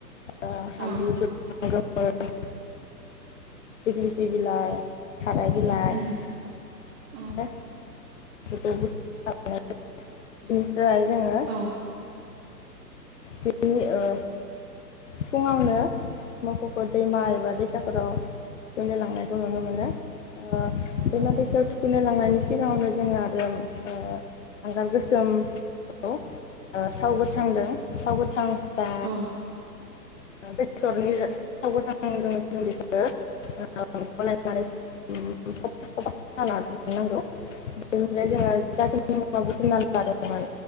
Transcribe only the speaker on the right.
औ
उम औ
औ
औ
औ
औ
औ